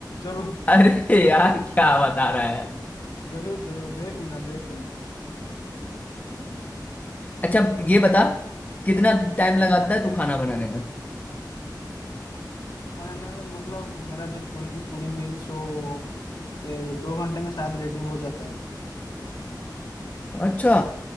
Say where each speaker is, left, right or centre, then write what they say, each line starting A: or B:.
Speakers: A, on the left; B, on the left.
A: जरूर
B: अरे यार क्या बता रहा है
A: जरूर जरूर देख लेना देख लेना
B: अच्छा ये बता कितना टाइम लगाता है तू खाना बनाने में
A: बनाने में मतलब मेरा जो पूरी की पूरी मील सो ए, दो घंटे में शायद रेडी हो जाता है
B: अच्छा